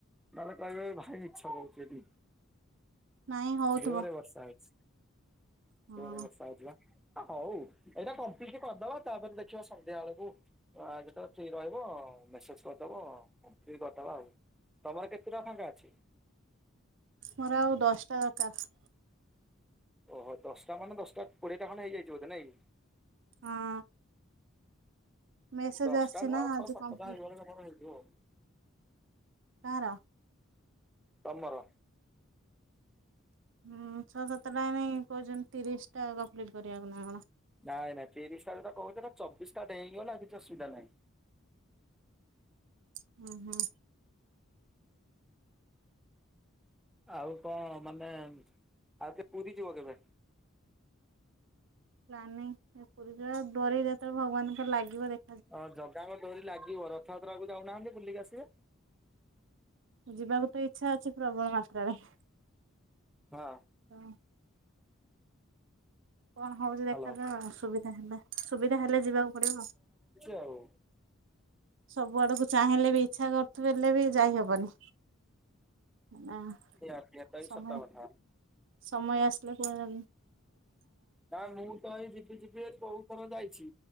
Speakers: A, in the centre; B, on the right (about 60°).
A: ନହେଲେ କହିବେ ଭାଇ ମିଛ କହୁଚି ଏଠି।
B: ନାଇଁ ହଉଥିବ।
A: ଜୋରେ ବର୍ଷା ହଉଚି
B: ହଁ
A: ଜୋରେ ବର୍ଷା ହଉଚି ବା। ଅ ହଉ ଏଇଟା କମ୍ ମ୍ପିଲିଟି କରିଦବା ତାପରେ ଦେଖିବା ସନ୍ଧ୍ୟା ବେଳକୁ ଆ ଯେତେବେଳେ ଫ୍ରି ରହିବ ମେସେଜ କରିଦବ। କ କରିଦବା ଆଉ ତମର କେତେ ଟା ଫାଙ୍କା ଅଛି?
B: ମୋର ଆଉ ଦଶଟା ଦରକାର।
A: ଓହୋ ଦଶଟା ମାନେ ଦଶଟା କୋଡିଏଟା ଖଣ୍ଡେ ହେଇଯାଇଚି ବଧେ ନାଇକି?
B: ହଁ। ମେସେଜ
A: ଦଶଟା
B: ଆସିଛି
A: ନୁହ
B: ନା ଆଜି
A: ଛଅ ସାତଟା
B: କମ୍ପ୍ଲିଟ
A: ହେଇଗଲେ ଆପଣଙ୍କ ହେଇଯିବ।
B: କାର?
A: ତମର।
B: ହୁଁ ଛଅ ସାତଟା ନାଇ କହୁଚନ୍ତି ତିରିଶ ଟା କମ୍ପ୍ଲିଟ କରିବାକୁ ନା କଣ?
A: ନାଇଁ ନାଇଁ ତିରିଶଟା ତ କଥିଲେ ଚବିଶଟାଟ ହେଇଗଲା କିଛି ଅସୁବିଧା ନାହିଁ।
B: <inaudible> ଅ ହୋଁ।
A: ଆଉ କଣ ମାନେ ଆଉ କେ ପୁରୀ ଯିବ କେବେ?
B: ପ୍ଲାନାଇଁ ପୁରୀ ଯ ଡୋରି ଯେତେବେଳେ ଭଗବାନଙ୍କ ଲାଗିବ ଦେଖ
A: ଅ ଜଗାଙ୍କ ଡୋରି ଲାଗିବ ରଥଯାତ୍ରାକୁ ଯାଉନାହାନ୍ତି ବୁଲିକି ଆସିବେ।
B: ଯିବାକୁ ତ ଇଚ୍ଛା ଅଛି ପ୍ରବଳ ମାତ୍ରାରେ।
A: ହଁ।
B: ତ କଣ ହଉଚି ଦେଖାଦାଉ
A: ହ୍ୟାଲୋ।
B: ସୁବିଧା ହେଲା ସୁବିଧା ହେଲେ ଯିବାକୁ ପଡିବ ଆଉ।
A: ହଉ।
B: ସବୁ ଆଡକୁ ଚାହିଁଲେ ବି ଇଚ୍ଛା କରୁଥିଲେ ବି ଯାଇ ହବନି। ନାଁ
A: ନିହାତି ଏଟା ବି
B: ସମୟ
A: ସତ କଥା।
B: ସମୟ ଆସିଲେ କୁଆଡେ
A: ନାଁ ମୁଁ ତ ଏଇ ଯିିବି ଯିିବି ବେଲି କୋଉ ଥର ଯାଇ ଛି